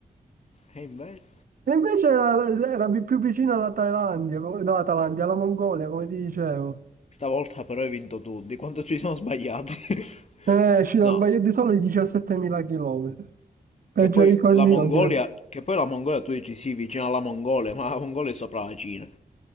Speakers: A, on the left; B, on the right.
A: E invece...
B: E invece era, era vi- più vicino alla Thailandia, come- no, alla Thailandia, alla Mongolia, come ti dicevo.
A: Stavolta però hai vinto tu, di quanto ci siamo sbagliati. <laughs>
B: Eh, ci sono
A: No,
B: sbagliati solo i 17.000 chilometri. Peggio
A: che poi
B: di così
A: la Mongolia,
B: non si vede.
A: che poi la Mongolia tu dici sì, vicino alla Mongolia, ma la Mongolia è sopra la Cina.